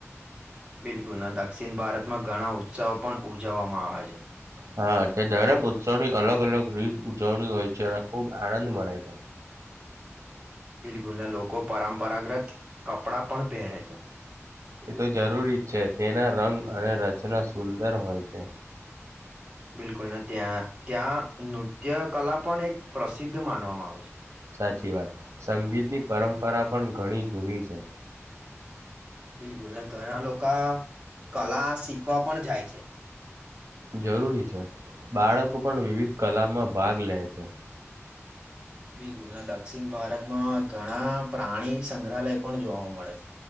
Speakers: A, on the right; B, on the right.
A: બિલકુલના. દક્ષિણ ભારતમાં ઘણા ઉત્સવો પણ ઉજવવામાં આવે છે.
B: હા, તે દરેક ઉત્સવની અલગ અલગ રીત ઉજવણી હોય છે અને ખૂબ આનંદ મળે છે. <inaudible>
A: બિલકુલના. લોકો પરંપરાગ્રત કપડાં પણ પહેરે છે.
B: એ તો જરૂરી જ છે. તેના રંગ અને રચના સુંદર હોય છે.
A: બિલકુલ, ત્યાં ત્યાં નૃત્ય કલા પણ એક પ્રસિદ્ધ માનવામાં આવે છે
B: સાચી વાત, સંગીતની પરંપરા પણ ઘણી જૂની છે.
A: બિલકુલને ઘણા લોકો કલા શીખવા પણ જાય છે.
B: જરૂરી છે. બાળકો પણ વિવિધ કલામાં ભાગ લે છે.
A: બિલકુલ, ને દક્ષિણ ભારતમાં ઘણા પ્રાણી સંગ્રહાલય પણ જોવા મળે છે.